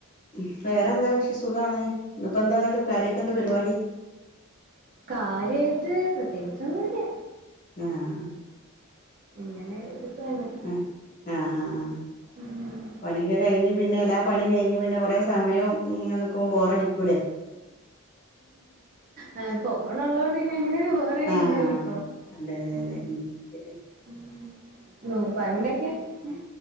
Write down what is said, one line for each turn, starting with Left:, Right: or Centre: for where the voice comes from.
Left: ഉം വേറെന്താ സുഖാണെ ഇപ്പോ എന്താന്നട്ട് കാര്യയിട്ട് എന്താ പരിപാടി
Right: കാര്യയിട്ട് പ്രത്യേകിച്ചൊന്നു ഇല്ല്യ
Left: ആഹ്
Right: ഇങ്ങനെ ഇരിപ്പ് തന്നെ
Left: ഉം ആഹ് അഹ് അഹ്
Right: ഉം
Left: പണിയൊക്കെ കഴിഞ്ഞ് പിന്നെ എല്ലാം പണിം കഴിഞ്ഞ് പിന്നെ കൊറെ സമയം ഇങ്ങനിക്കുമ്പോ ബോറടിക്കൂല്ലേ
Right: ആഹ് ഫോണൊള്ളൊണ്ട് പിന്നെ അങ്ങനൊരു ബോറടി
Left: ആഹ്
Right: ഇല്ലല്ലോ ഇപ്പോ
Left: അതെ അതെ
Right: ഉം
Left: അതെ ഉം ശെരിയ
Right: ഉം ഉം പണ്ടൊക്കെ ഉം